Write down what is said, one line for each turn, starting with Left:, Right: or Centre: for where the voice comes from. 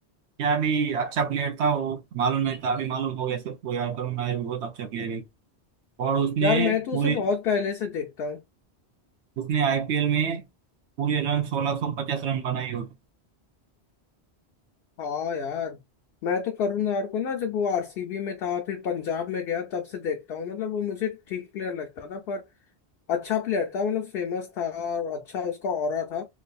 Right: क्या अभी अच्छा प्लेयर था वो मालूम नहीं था अभी मालूम हो गया सबको यार करुण नायर भी बहुत अच्छा प्लेयर है और उसने
Left: यार मैं तो
Right: पूरे
Left: उसे बहुत पहले से देखता हूँ
Right: उसने आईपीएल में पूरे रन 1650 रन बनाए हो
Left: हाँ यार मैं तो करुण नायर को ना जब वो आरसीबी में था फिर पंजाब में गया तब से देखता हूँ मतलब वो मुझे ठीक प्लेयर लगता था पर अच्छा प्लेयर था मतलब फेमस था और अच्छा उसका ऑरा था